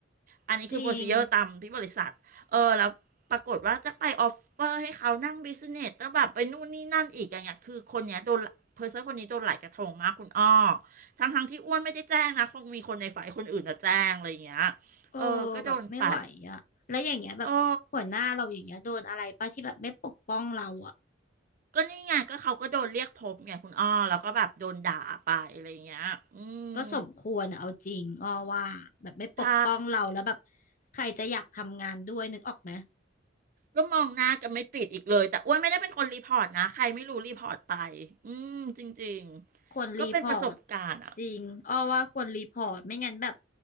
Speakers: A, on the right (about 45°); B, on the left (about 45°).
A: อันนี้คือโปรซีเจอร์ตามที่บริษัทเออแล้วปรากฏว่าจะไปออฟเฟอร์ให้เขานั่งบิสเนสแล้วแบบไปนู่นนี่นั่นอีกอย่างเงี้ยคือคนเนี้ยโดนเพอร์เซอร์คนนี้โดนหลายกระทงมากคุณอ้อ
B: จริง
A: ทั้งทั้งที่อ้วนไม่ได้แจ้งนะคงมีคนในฝ่ายคนอื่นนะแจ้งอะไรอย่างเงี้ย
B: เออแบบไม่ไหวอ่ะแล้วอย่างเงี้ยแบบหัวหน้าเราอย่างเงี้ยโดนอะไรป่ะที่แบบไม่ปกป้องเราอ่ะ
A: เออก็โดนไปเออ ก็นี่ไงก็เขาก็โดนเรียกพบไงคุณอ้อแล้วก็แบบโดนด่าไปอะไรเงี้ยอืม
B: ก็สมควรอะเอาจริงอ้อว่าแบบไม่ปกป้องเราแล้วแบบ
A: ใช่
B: ใครจะอยากทำงานด้วยนึกออกไหม
A: ก็มองหน้ากันไม่ติดอีกเลยแต่อ้วนไม่ได้เป็นคนรีพอร์ตนะใครไม่รู้รีพอร์ตไปอืมจริงๆก็เป็นประสบการณ์อ่ะ
B: ควรรีพอร์ตจริงอ้อว่าควรรีพอร์ตไม่งั้นแบบ